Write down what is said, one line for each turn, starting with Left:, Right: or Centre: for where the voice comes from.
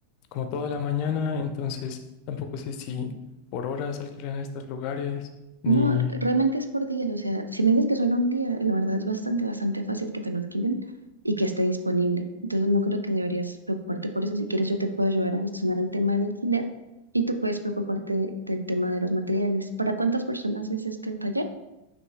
Left: como toda la mañana, entonces tampoco sé si por horas alquilan estos lugares, ni
Right: No, re- realmente es por días, o sea, si me dices que solo un día, la verdad es bastante, bastante fácil que te lo alquilen y que esté disponible. Entonces no creo que deberías preocuparte por eso. Si quieres, yo te puedo ayudar a gestionar el tema del alquiler y tú puedes preocuparte del tema de los materiales. ¿Para cuántas personas es este taller?